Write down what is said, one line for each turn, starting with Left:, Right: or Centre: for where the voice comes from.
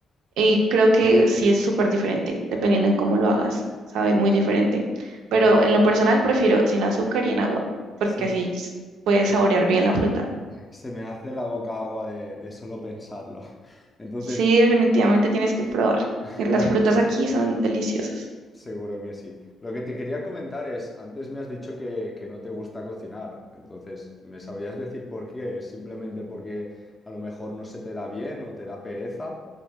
Right: y creo que sí es súper diferente, dependiendo en cómo lo hagas, sabe, muy diferente. Pero
Left: Se me, ha-
Right: en lo personal prefiero sin azúcar y en agua, porque
Left: se-
Right: así s- puedes
Left: se-
Right: saborear bien la fruta.
Left: se me hace la boca agua de, de solo pensarlo. <laughs> Entonces,
Right: Sí, definitivamente tienes que probar.
Left: <laughs>
Right: Las
Left: lo-
Right: frutas aquí son deliciosas.
Left: seguro que sí. Lo que te quería comentar es, antes me has dicho que, que no te gusta cocinar. Entonces, ¿me sabrías decir por qué? ¿Es simplemente porque a lo mejor no se te da bien o te da pereza?